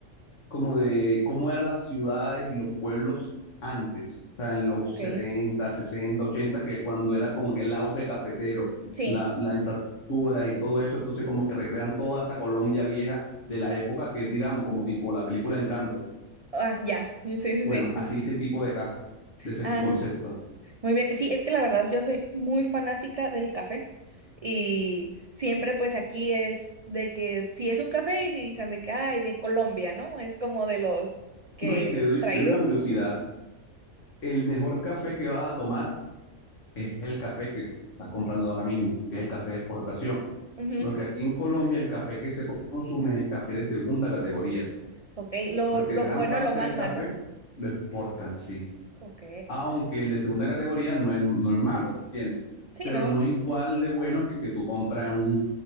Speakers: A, on the left; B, on the right.
A: como de cómo eran las ciudades y los pueblos antes, o sea, en los
B: Ok.
A: 70, 60, 80, que cuando era como que el auge cafetero,
B: Sí.
A: la, las infraestructuras y todo eso, entonces como que recrean toda esa Colombia vieja de la época que es, digamos, como tipo la película Encanto.
B: Ah, ya. Sí, sí,
A: Bueno,
B: sí, sí.
A: así ese tipo de casas, de ese
B: Ah.
A: concepto.
B: Muy bien, sí, es que la verdad yo soy muy fanática del café y siempre pues aquí es de que si es un café y dicen de que, ay, de Colombia, ¿no? Es como de los que
A: No, y te doy,
B: traídos.
A: te doy una curiosidad. El mejor café que vas a tomar es el café que estás comprando ahora mismo, que es el café de exportación.
B: Ujú,
A: porque aquí en Colombia el café que se consume es el café de segunda categoría,
B: Ok, lo,
A: porque
B: lo
A: gran
B: bueno
A: parte
B: lo mandan,
A: del café
B: ¿no?
A: lo exportan, sí.
B: Ok,
A: Aunque el de segunda categoría no es, no es malo, ¿entiendes?
B: sí,
A: Pero
B: ¿no?
A: no es igual de bueno que que tú compras en un